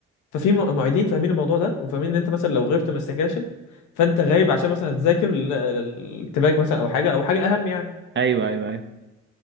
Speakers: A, on the left; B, on the right.
A: ففي م- معيدين فاهمين الموضوع ده وفاهمين ان انت مثلا لو غبت من السكاشن فانت غايب عشان مثلا تذاكر ال- ال- التراك مثلا او حاجه او حاجه اهم يعني
B: ايوه ايوه ايوه